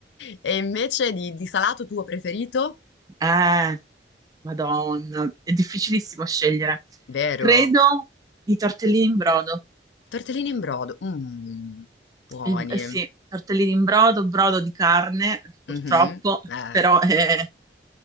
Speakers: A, on the left; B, on the right.
A: E invece di, di salato tuo preferito?
B: Eh, Madonna, è difficilissimo scegliere.
A: Vero?
B: Credo i tortellini in brodo.
A: Tortellini in brodo. Mmm, buoni.
B: Il- eh, sì, tortellini in brodo, brodo di carne, purtroppo,
A: Mhm, eh.
B: però è,